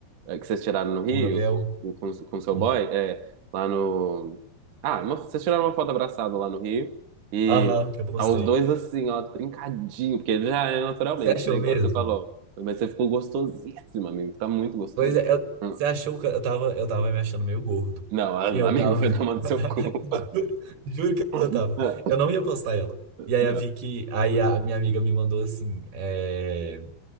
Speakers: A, on the right; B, on the right.
A: é, Que vocês tiraram no Rio,
B: Com o Gabriel,
A: com, com, com seu
B: hum,
A: boy, é. Lá no. Ah, uma- vocês tiraram uma foto abraçada lá no Rio. E
B: Aham, que eu postei.
A: tá os dois assim, ó, trincadinho, porque ele já é naturalmente,
B: Você achou
A: né? Igual
B: mesmo?
A: você falou. Mas você ficou gostosíssimo, amigo. Tá muito gostoso.
B: Pois é, eu-
A: Hum.
B: você achou que eu tava, eu tava me achando meio gordo.
A: Não, a-
B: E eu
A: amigo,
B: tava.
A: <laughs> vai
B: <laughs>
A: tomar no seu cu.
B: Juro, juro que eu
A: <laughs>
B: tava.
A: Não,
B: Eu não ia postar ela. E aí
A: não.
B: a Vicky, aí a a minha amiga me mandou assim: é,